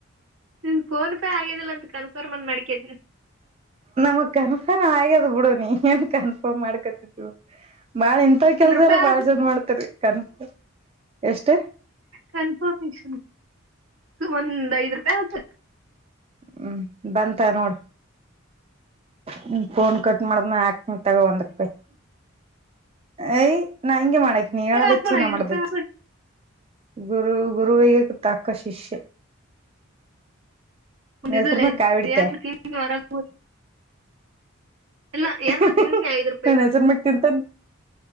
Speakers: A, on the right (about 70°); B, on the right (about 30°).
A: ನಿ ಫೋನ್ ಪೇ ಆಗಿದಿಲ್ಲ ಅಂತ ಕನ್ಫರ್ಮ್ನ್ ಮಾಡ್ಕಿದನಿ.
B: ನಮಗ್ ಕನ್ಫರ್ಮ್ ಹಾಗ ಗ್ಯಾದ ಬಿಡೋ ನೀ ಏನ್ ಕನ್ಫರ್ಮ್ ಮಾಡ್ಕೊತಿದೀವ. ಬಾಳ ಇಂತ ಕೆಲ್ಸ
A: ಒಂದ್ ರೂಪಾಯಿ
B: ಎಲ್ಲ ಬಾಳ್ ಜನ ಮಾಡ್ತರಿ ಕನಸ..... ಎಷ್ಟ
A: ಕನ್ಫರ್ಮೇಶನ್ ಒಂದ್ ಐದ್ ರೂಪಾಯಿ ಹಾಕ್.
B: ಹ್ಮ್ ಬಂತ ನೋಡ..... ಹ್ಮ. ಫೋನ್ ಕಟ್ ಮಾಡದಾಗ್ ಹಾಕ್ನನಿ ತಗೋ ಒಂದ್ ರೂಪಾಯಿ...... ಅಯ. ನಾ ಹಿಂಗೆ ಮಾಡಕ್ ನೀ ಹೇಳದಚ್ಚು
A: ಹಾಕ್ಬೇಡ
B: ನಾ
A: ಐದ್
B: ಮಾಡದಚ್ಚ
A: ರೂಪಾಯಿ
B: ಗುರು ಗುರುವಿಗೆ. ತಾಕ್ಕ ಶಿಷ್ಯ.
A: ಒ ಇಲ್ಲ
B: ಹೆಸರು ಮ್ಯಾಗ ಕಾಯಿ ಇಡ್ತೆ
A: ನ್ ಮರ. <inaudible> ಇಲ್ಲ
B: ಹ್ಮ್
A: ಏನ್ರ
B: ಹ್ಮ್
A: ತಿಂತೀನಿ
B: ಹ್ಮ್ ಹ್ಮ್.......
A: ಐದ್ ರೂಪಾಯಿ
B: ನನ್ ಹೆಸರ ಮಾಲೇ ತಿಂತನ್......